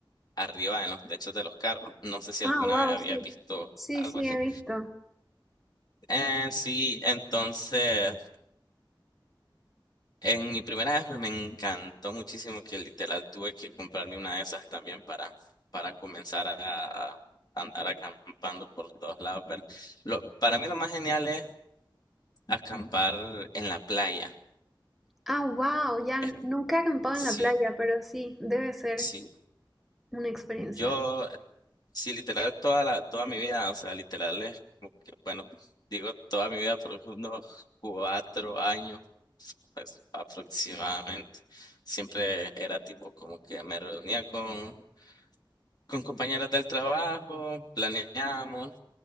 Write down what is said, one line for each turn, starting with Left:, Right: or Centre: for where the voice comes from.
Left: arriba en los techos de los carros. No sé si
Centre: Ah,
Left: alguna
Centre: wow,
Left: vez había
Centre: sí.
Left: visto
Centre: Sí,
Left: algo
Centre: sí,
Left: así.
Centre: he visto.
Left: Eh, sí, entonces en mi primera vez me encantó muchísimo que literal tuve que comprarme una de esas también para, para comenzar a, a andar acampando por todos lados. Pero lo, para mí lo más genial es acampar en la playa.
Centre: Ah, wow, ya
Left: Es-
Centre: nunca he acampado
Left: Sí,
Centre: en la playa, pero sí, debe ser
Left: sí.
Centre: Una experiencia.
Left: Yo Sí, literal, toda la, toda mi vida, o sea, literal es como que, bueno, pues, digo toda mi vida, por unos cuatro años pues, aproximadamente. Siempre era tipo como que me reunía con, con compañeras del trabajo, planeábamos,